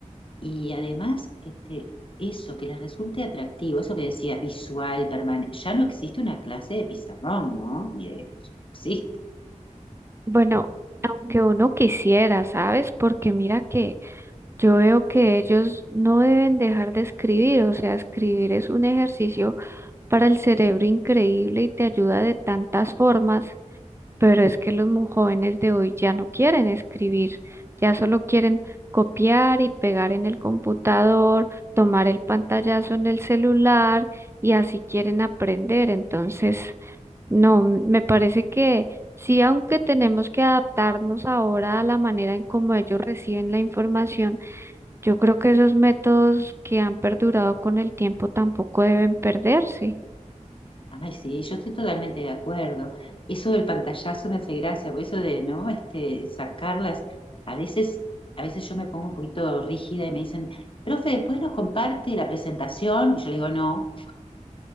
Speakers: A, on the left; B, on the right.
A: y además este, eso que les resulte atractivo, eso que decías, visual, permanente, ya no existe una clase de pizarrón, ¿no? Ni de, sí
B: Bueno, aunque uno quisiera, ¿sabes? Porque mira que Yo veo que ellos no deben dejar de escribir, o sea, escribir es un ejercicio para el cerebro increíble y te ayuda de tantas formas, pero es que los mu- jóvenes de hoy ya no quieren escribir, ya solo quieren copiar y pegar en el computador, tomar el pantallazo en el celular y así quieren aprender. Entonces, no, m- me parece que sí, aunque tenemos que adaptarnos ahora a la manera en cómo ellos reciben la información, yo creo que esos métodos que han perdurado con el tiempo tampoco deben perderse.
A: Ay, sí, yo estoy totalmente de acuerdo. Eso del pantallazo me hace gracia, por eso de, ¿no? Este, sacarlas. A veces, a veces yo me pongo un poquito rígida y me dicen, profe, después nos comparte la presentación. Y yo le digo, no,